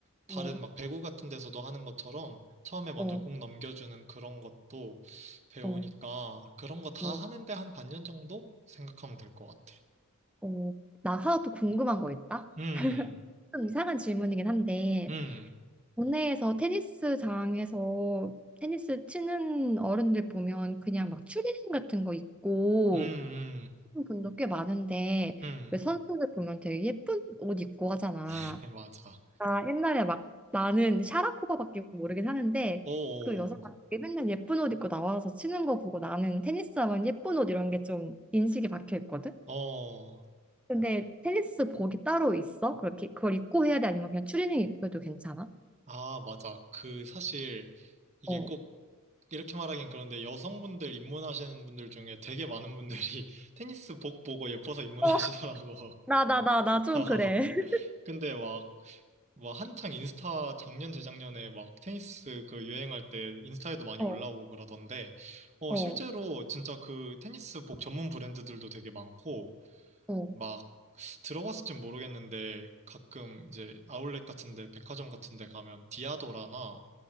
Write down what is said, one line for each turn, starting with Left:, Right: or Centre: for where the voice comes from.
Right: 다른
Centre: 어,
Right: 막 배구 같은 데서도 하는 것처럼, 처음에 먼저
Centre: 어,
Right: 공 넘겨주는 그런 것도 배우니까,
Centre: 어,
Right: 그런 거 다
Centre: 어,
Right: 하는데 한 반년 정도 생각하면 될 것 같아.
Centre: 어. 나 하나 또 궁금한 거 있다?
Right: 음,
Centre: 좀 이상한 질문이긴 한데,
Right: 음,
Centre: 국내에서 테니스장에서 테니스 치는 어른들 보면 그냥 막 추리닝 같은 거 입고
Right: 음,
Centre: 하는 분도 꽤 많은데
Right: 음, 음.
Centre: 왜 선수들 보면 되게 예쁜 옷 입고 하잖아.
Right: <laughs> 맞아.
Centre: 나 옛날에 막 나는 샤라포바밖에 모르긴 하는데
Right: 오,
Centre: 그 여자가 되게 맨날 예쁜 옷 입고 나와서 치는 거 보고 나는 테니스 하면 예쁜 옷 이런 게 좀 인식이 박혀 있거든.
Right: 어, 어.
Centre: 근데 테니스 복이 따로 있어? 그렇게 그걸 입고 해야 돼? 아니면 그냥 추리닝 입고 해도 괜찮아?
Right: 아, 맞아. 그 사실 이게
Centre: 어.
Right: 꼭 이렇게 말하긴 그런데 여성분들 입문하시는 분들 중에 되게 많은 분들이 <laughs> 테니스 복 보고 예뻐서 입문하시더라고.
Centre: 어, 나, 나, 나, 나 좀
Right: <laughs>
Centre: 그래. <laughs>
Right: 근데 막, 막 한창 인스타 작년, 재작년에 막 테니스 그 유행할 때 인스타에도 많이
Centre: 어,
Right: 올라오고 그러던데, 어,
Centre: 어,
Right: 실제로 진짜 그 테니스 복 전문 브랜드들도 되게 많고,
Centre: 어,
Right: 막 들어봤을진 모르겠는데 가끔 이제 아울렛 같은데 백화점 같은데 가면 디아도라나